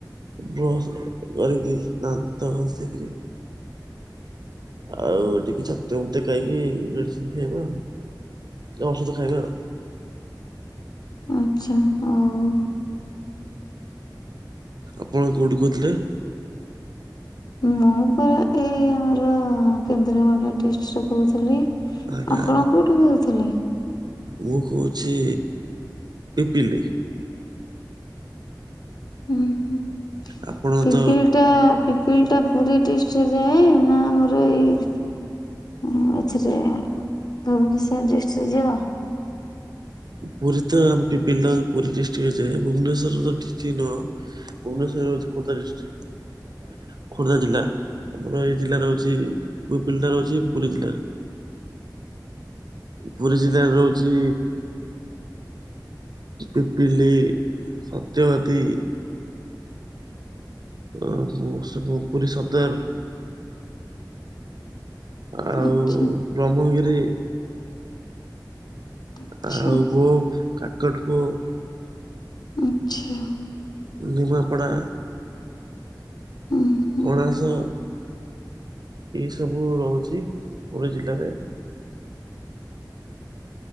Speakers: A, on the right; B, on the left.
A: ବ୍ରସ କରିକି ଦାନ୍ତ ଘସୀକିରି ଆଉ ଟିକେ ଛତୁଆ ଫତୁଆ ଖାଇକି ମେଡିସିନ ଖାଇବା ଆଉ। ଔଷଧ ଖାଇବା।
B: ଆଛା ହୋଉ।
A: ଆପଣ କଉଁଠୁ କହୁଥିଲେ?
B: ମୁଁ ପରା ଏଇ ଆମର କେନ୍ଦ୍ରାପଡ଼ା ଡିଷ୍ଟ୍ରିକ୍ଟରୁ କହୁଥିଲି।
A: ଆଜ୍ଞା
B: ଆପଣ
A: ଆଜ୍ଞା।
B: କେଉଁଠୁ କହୁଥିଲେ
A: ମୁଁ କହୁଛି ପିପିଲି।
B: ହୁଁ ହୁଁ
A: ଆପଣ
B: ପିପିଲ
A: ତ
B: ଟା ପି ଫିଲ୍ ଟା ପୁରୀ ଡିଷ୍ଟ୍ରିକରେ ଯାଏ ନା ଆମର ଏଇ ହଁ ଏଥିରେ ଭୁବନେଶ୍ଵର ଡିଷ୍ଟ୍ରିକ୍ଟ ଯିବ।
A: ପୁରୀ ତ ଆମ ପିପିଲୀ ର ପୁରୀ ଡିଷ୍ଟ୍ରିକ୍ଟ ଯାଏଁ ଭୁବନେଶ୍ୱର ତ ଡିଷ୍ଟ୍ରିକ୍ଟ ନୁହଁ। ଭୁବନେଶ୍ୱର ହଉଛି ଖୋର୍ଦ୍ଧା ଡିସଟ୍ରିକ। ଖୋର୍ଦ୍ଧା ଜିଲ୍ଲା ଆମର ଏ ଜିଲ୍ଲାରେ ହଉଛି ପିପିଲି ଟା ହଉଛି ପୁରୀ ଜିଲ୍ଲାରେ ପୁରୀ ଜିଲ୍ଲାରେ ରହୁଛି ପିପିଲି ସତ୍ୟବାଦୀ। ଆ ମୁଁ ପୁରୀ ସଦର। ଆଉ
B: ଆଚ୍ଛା
A: ବ୍ରହ୍ମଗିରି।
B: ଆଚ୍ଛା
A: ଆ ଆଉ ଗୋପ କାକଟପୁର।
B: ଆଛା।
A: ନିମାପଡ଼ା।
B: ହୁଁ।
A: କଣାସ ଏ ସବୁ ରହୁଛି ପୁରୀ ଜିଲ୍ଲାରେ